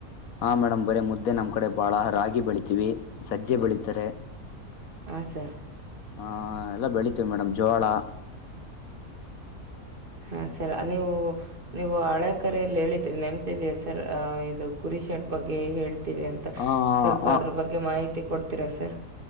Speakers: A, on the left; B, on the right.
A: ಆ ಮೇಡಮ್ ಬರೆ ಮುದ್ದೆ ನಮ್ ಕಡೆ ಬಾಳ ರಾಗಿ ಬೆಳಿತೀವಿ ಸಜ್ ಜ್ಜೆ ಬೆಳಿತಾರೆ.
B: ಹಾ ಸರ್
A: ಹಾ ಎಲ್ಲ ಬೆಳಿತೀವಿ ಮೇಡಮ್ ಜೋಳ.
B: ಹಾ ಸರ್ ನೀವು ನೀವು ಹಳೆ ಕರೆಯಲ್ಲಿ ಹೇಳಿದ್ರಿ ನೆನ್ಪಿದ್ಯ ಸರ್ ಅ ಇದು ಕುರಿ ಶೆಡ್ ಬಗ್ಗೆ ಹೇಳ್. ತ್ತಿದ್ಯಂತ
A: ಆ
B: ಸ್ವಲ್ಪ
A: ಆ
B: ಅದ್ರ ಬಗ್ಗೆ ಮಾಹಿತಿ ಕೊಡ್. ತಿರ ಸರ್.